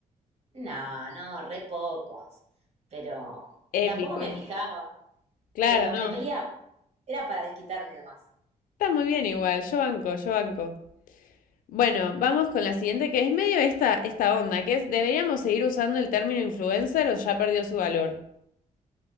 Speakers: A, on the right (about 50°); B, on the left (about 80°).
A: No, no, re pocos. Pero
B: Épico.
A: tampoco me fijaba,
B: Claro,
A: pero
B: no.
A: me peleaba. Era para desquitarme nomás.
B: Está muy bien igual. Yo banco, yo banco. Bueno, vamos con la siguiente, que es medio esta, esta onda, que es, ¿deberíamos seguir usando el término influencer o ya perdió su valor?